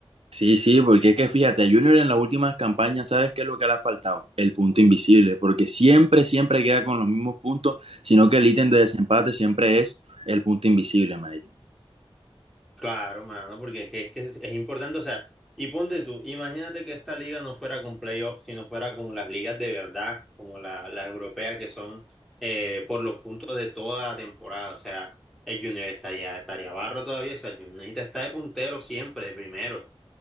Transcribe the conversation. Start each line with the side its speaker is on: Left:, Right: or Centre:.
Right: Sí, sí, porque es que fíjate, a Junior en las últimas campañas, ¿sabes qué es lo que le ha faltado? El punto invisible, porque siempre, siempre queda con los mismos puntos, sino que el ítem de desempate siempre es el punto invisible, marica.
Centre: Claro, mano, porque es que, es que es, es importante, o sea, y ponte tú, imagínate que esta liga no fuera con playoffs, sino fuera como las ligas de verdad, como la, las europeas que son eh, por los puntos de toda la temporada, o sea, el Junior estaría, estaría barro todavía, o sea, el Junior necesita estar de puntero siempre, de primero.